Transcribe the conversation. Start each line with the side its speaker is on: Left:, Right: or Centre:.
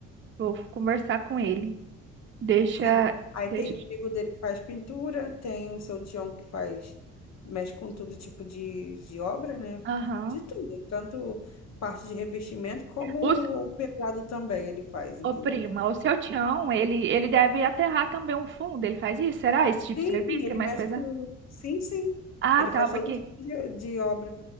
Right: Vou conversar com ele. Deixa,
Left: sim. Aí
Right: deixa.
Left: tem o amigo dele que faz pintura, tem o seu tião que faz, mexe com todo tipo de, de obra, né?
Right: Aham.
Left: De tudo, tanto parte de revestimento como
Right: O,
Left: o pesado também ele faz, entendeu?
Right: ô, prima, o seu Tião, ele, ele deve aterrar também um fundo. Ele faz isso? Será esse tipo
Left: Sim,
Right: de serviço que
Left: ele
Right: é mais
Left: mexe
Right: pesado?
Left: com. Sim, sim.
Right: Ah,
Left: Ele
Right: tá,
Left: faz
Right: porque
Left: todo tipo de, de obra.